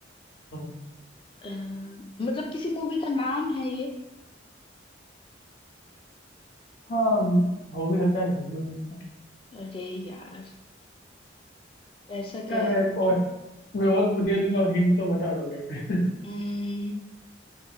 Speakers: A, on the left; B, on the left.
A: हम्म।
B: अ, मतलब किसी मूवी का नाम है ये
A: हाँ हो भी सकता है नहीं भी हो सकता
B: अरे यार ऐसा
A: क्या
B: क्या है
A: मैं और मैं और वो दे दूंगा हिंट तो बता दोगे <laughs>
B: अम्म,